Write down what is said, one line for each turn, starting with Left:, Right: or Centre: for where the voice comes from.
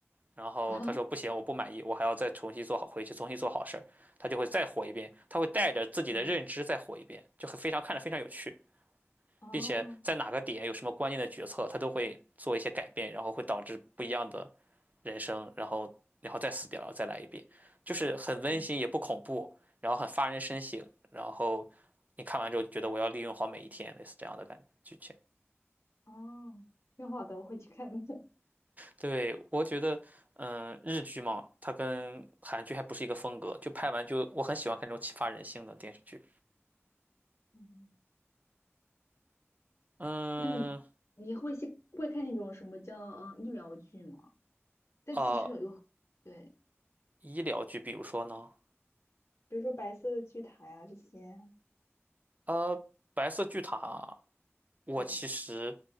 Right: 然后他说不行，
Left: 啊，
Right: 我不满意，我还要再重新做好，回去重新做好事儿，他就会再活一遍，他会带着自己的认知再活一遍，
Left: 哦
Right: 就很非常看着非常有趣。
Left: 哦，
Right: 并且在哪个点有什么关键的决策，他都会做一些改变，然后会导致不一样的人生，然后然后再死掉，然后再来一遍，就是很温馨也不恐怖，
Left: 嗯
Right: 然后很发人深省，然后你看完之后就觉得我要利用好每一天，类似这样的感觉剧情。
Left: 哦，挺好的，我会去看的。<laughs>
Right: 对，我觉得，嗯，日剧嘛，它跟韩剧还不是一个风格，就拍完就我很喜欢看这种启发人性的电视剧。
Left: 嗯，
Right: 嗯，
Left: 那你你会去，会看那种什么叫嗯、呃医疗剧吗？但其实有有对。
Right: 呃，医疗剧，比如说呢，
Left: 比如说白色的巨塔呀这些。
Right: 呃，白色巨塔。我其实
Left: 对